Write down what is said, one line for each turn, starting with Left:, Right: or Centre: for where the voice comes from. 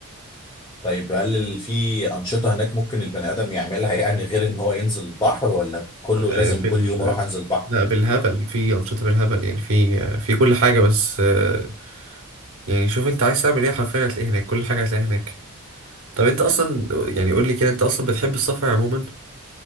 Left: طيب هل ال- في أنشطة هناك ممكن البني آدم يعملها يعني غير إن هو ينزل البحر ولا كله
Right: آه
Left: لازم
Right: بال
Left: كل يوم أروح أنزل البحر؟
Right: لا بالهبل في أنشطة بالهبل يعني في آه في كل حاجة بس آه يعني شوف أنت عايز تعمل إيه حرفيا هتلاقيه هناك كل حاجة هتلاقيها هناك طب أنت أصلا يعني قول لي كده أنت أصلا بتحب السفر عموما؟